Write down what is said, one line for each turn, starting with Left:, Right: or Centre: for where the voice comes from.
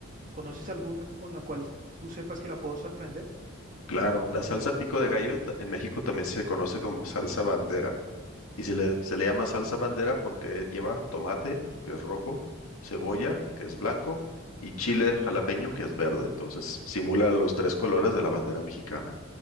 Right: ¿Conoces alguna con la cual tú sepas que la puedo sorprender?
Left: Claro, la salsa pico de gallo ta- en México también se conoce como salsa bandera. Y se le, se le llama salsa bandera porque lleva tomate, que es rojo, cebolla, que es blanco, y chile jalapeño, que es verde. Entonces simula los tres colores de la bandera mexicana.